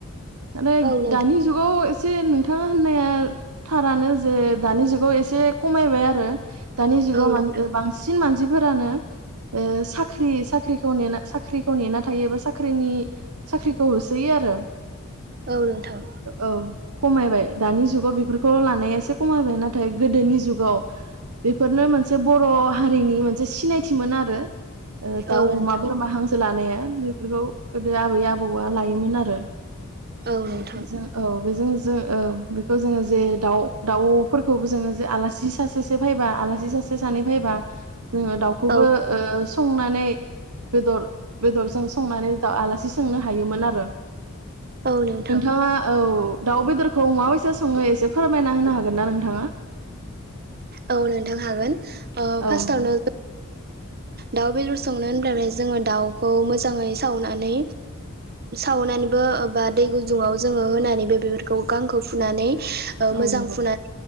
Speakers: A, on the right (about 85°); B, on the right (about 45°).
A: <unintelligible>
B: औ नोंथां
A: दानि जुगाव एसे नोंथाङा होननाया थारानो जे दानि जुगाव एसे खमायबाय आरो। दानि जुगाव
B: औ
A: मा
B: नोंथां
A: बांसिन मानसि फोरानो ओ साक ख्रि साख्रिखौ नेना साख्रिखौ नेना थायोबा साख्रिनि साख्रिखौ होसोयो आरो।
B: औ नोंथां
A: ओ औ खमायबाय दानि जुगाव बेफोरखौ लानाया एसे खमायबाय नाथाय गोदोनि जुगाव बेफोरनो मोनसे बर' हारिनि मोनसे सिनायथिमोन आरो। ओ दाउ
B: औ नोंथां
A: अमा बोरमा हांसो लानाया बेफोरखौ गोदो आबै आबौआ लायोमोन आरो।
B: औ नोंथां
A: बेजों औ बेजों जों औ बेखौ जोङो जे दाउ दाउफोरखौबो जोङो जे आलासि सासेसो फैबा आलासि सासे सानै फैबा जोङो दाउखौबो
B: औ
A: ओ स संनानै बेदर बेदरजों संनानै दा आलासि सोंनो हायोमोन आरो।
B: औ नोंथां
A: नोंथाङा औ दाउ बेदरखौ मा बायसा सङो एसे फोरमायना होनो हागोन ना नोंथाङा?
B: औ नोंथां हागोन। ओ
A: औ
B: फार्स्टावनो
A: नंगौ
B: दाउ बेदर संनो होनब्लाथाय जोङो दाउखौ मोजाङै सावनानै सावनानैबो बा दै गुजुङाव जोङो होनानैबो बेफोरखौ गांखौ फुनानै ओ
A: औ
B: मोजां
A: नंगौ
B: फुनाय